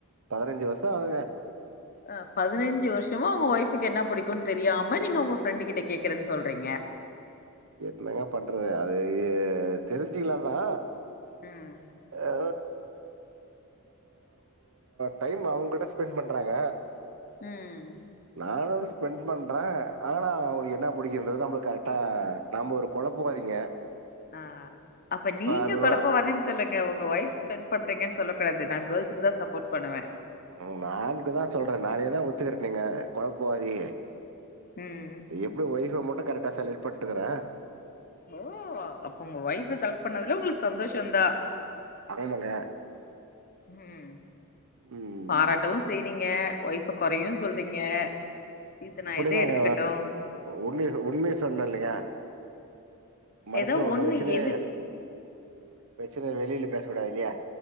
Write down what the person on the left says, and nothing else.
ஆ பதினஞ்சு வருஷமா உங்க ஒய்ஃபுக்கு என்ன புடிக்குன்னு தெரியாம நீங்க உங்க ஃப்ரெண்டு கிட்ட கேக்கறன்னு சொல்றீங்க
ம்
உம்
ஆஹ் அப்ப நீங்க
கொழப்ப வாதீன்னு சொல்லுங்க உங்க ஒய்ஃப் பண்றிங்கன்னு சொல்லக்கூடாது நா கேர்ள்ஸ்கு தா சப்போர்ட் பண்ணுவ
ம்
ஓ அப்ப உங்க ஒய்ஃப செலக்ட் பண்ணதுல உங்களுக்கு சந்தோஷதா
உம்
பாராட்டவு செய்றீங்க ஒய்ஃப கொறையு சொல்றீங்க இது நா
எத எடுத்துக்கட்டு
ஏதோ
எது